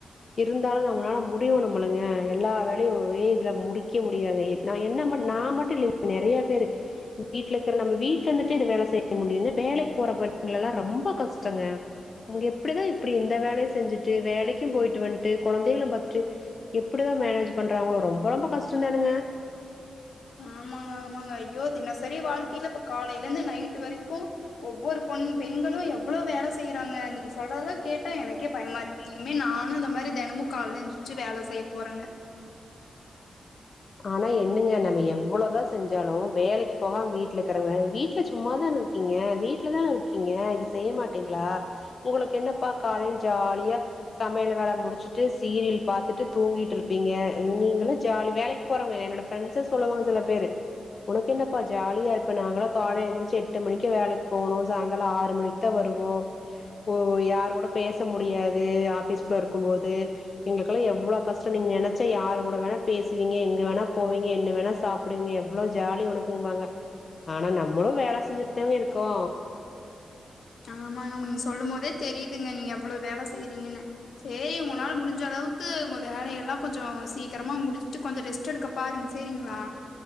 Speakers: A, on the left (about 45°); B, on the left (about 75°).
A: இருந்தாலும் நம்மனால முடியும் நம்மளுங்க எல்லா வேலயும் ஒரே இதுல முடிக்க முடியாதே நான் என்ன மும் நா மட்டு இல்லங்க நெறைய பேரு வீட்லருக்க நம்ம வீட்ல இருந்துட்டே இது வேல செய்ய முடியும்னு வேலைக்கு போற பெண்களெல்லா ரொம்ப கஷ்டங்க அங்க எப்டிதா இப்டி இந்த வேலையும் செஞ்சுட்டு வேலைக்கும் போயிட்டு வன்ட்டு கொழந்தகளும் பாத்துட்டு எப்படிதா மேனேஜ் பண்றாங்களோ ரொம்ப ரொம்ப கஷ்டதானுங்க
B: ஆமாங்க ஆமாங்க ஐயோ தினசரி வாழ்க்கயில இப்ப காலையில இருந்து நைட்டு வரிக்கு ஒவ்வொரு பொன் பெண்களு எவ்ளோ வேல செய்றாங்க நீங்க சொல்றதல்லா கேட்டா எனக்கே பயமா இனிமே நானு இந்த மாரி தெனமும் கால்ல எந்திரிச்சு வேல செய்ய போறங்க
A: ஆனா என்னங்க நம்ம எவ்ளதா செஞ்சாலு வேலைக்கு போகாம வீட்ல இருக்கிறவங்க வீட்ல சும்மாதான இருக்கீங்க வீட்டுலதான இருக்கீங்க இது செய்ய மாட்டீங்களா உங்களுக்கு என்னப்பா காலையில ஜாலியா சமையல் வேல முடிச்சுட்டு சீரியல் பாத்துட்டு தூங்கிட்டு இருப்பீங்க நீங்கள ஜாலி வேலைக்கு போறாங்க என்னோட ஃப்ரெட்ண்ஸ் சொல்லுவாங்க சில பேரு உனக்கு என்னப்பா ஜாலியா இருப்ப நாங்களா கால ஏஞ்சி எட்டு மணிக்கு வேலைக்கு போணும் சாயங்காலம் ஆறு மணிக் தா வருவோ ஓ யார் கூட பேச முடியாது ஆபீஸ் போயிருக்கும் போது எங்ளுக்கெல்லா எவ்ளோ கஷ்டோ நீங்க நெனச்சா யாரு கூட வேணா பேசுவீங்க எங் க வேணா போவீங்க என்ன வேணா சாப்டுவீங்க எவ்ளோ ஜாலி உனக்குன்பாங்க ஆனா நம்மளு வேல செஞ்சுட்டு தாங்க இருக்கோ
B: ஆமாங்க ஆமாங் நீங்க சொல்லும் போதே தெரிதுங்க நீங்க எவ்ளோ வேல செய்றீங்கன்னு சேரி உங்கனால முடிஞ்சளவுக்கு உங்க வேலயெல்லா கொஞ்சோ சீக்கரமா முடிச்சுட்டு கொஞ்சோ ரெஸ்ட் எடுக்கப் பாருங் சேரிங்ளா